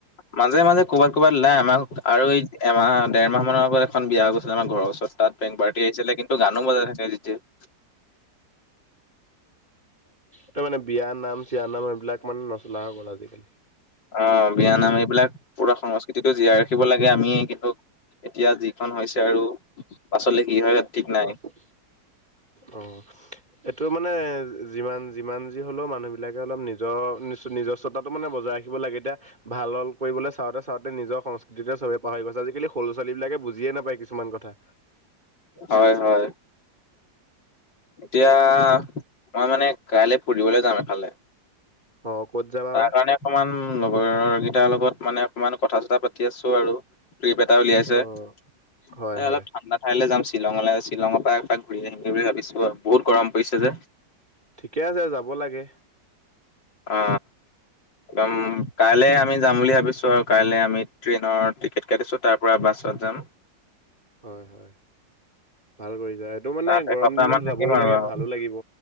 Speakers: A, on the left; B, on the right.
A: মাজে মাজে কৰ'বাত কৰবাত ওলাই আমাক আৰু এই এমাহ দেৰ মাহ মানৰ। টো এখন বিয়া হৈ গৈছিলে। আমাৰ ঘৰৰ ওচৰত তাত বেং পাৰ্টি আহিছিলে কিন্তু গানো বজাই থাকে যেতিয়াই। উম।
B: ত মানে বিয়া নাম চিয়া নাম সেইবিলাক মানে নচলা হৈ গ'ল আজিকালি।
A: অ বিয়ানাম এইবিলাক পুৰা সংস্কৃতিটো জীয়াই ৰাখিব লাগে। আমি কিন্তু এতিয়া যিখন হৈছে আৰু পাছলে কি হয়। ঠিক নাই
B: কোৱা? অ এইটো ৰোমত মানে যিমান যিমান যি হলেও মানুহ বিলাকে অলপ নিজৰ নি নিজস্বতাটো মানে বজাই ৰাখিব লাগে। এতিয়া ভাল হল কৈবলে চাওঁচাওঁতে নিজৰ সংস্কৃতিতে চবে পাহৰি গৈছে। আজিকালি সৰু ছোৱালী বিলাকে বুজিয়ে নাপায়। কিছুমান কথা।
A: হয় হয়। এতিয়া মই মানে কাইলে ফুৰিবলৈ যাম এফালে।
B: অ', ক'ত যাবা
A: তাৰ
B: বা
A: কাৰণে অকণমান লগৰৰ কেইটাৰ লগত মানে অকমান কথা চথা পাতি আছো আৰু। ট্ৰিপ এটা উলিয়াইছে।
B: অ',
A: এ
B: হয় হয়
A: অলপ ঠাণ্ডা ঠাইলে যাম। শ্বিলঙলে শ্বিলঙ পা এপাক ঘূৰি আহিমগে বুলি ভাবিছো আৰু বহুত গৰম পৰিছে যে।
B: ঠিকে আছে যাব লাগে।
A: অ একদম কাইলে আমি যাম বুলি ভাবিছো আৰু কাইলৈ আমি ট্ৰেইনৰ টিকেট কাটিছো তাৰ পৰা বাছত যাম। <inaudible>
B: হয় হয়। ভাল কৰিছা। এইটো মানে
A: তাত
B: গৰম
A: এসপ্তাহ
B: দিনত
A: মান থাকিম
B: যাবও
A: আৰু
B: লাগে
A: আৰু
B: ভালো লাগিব।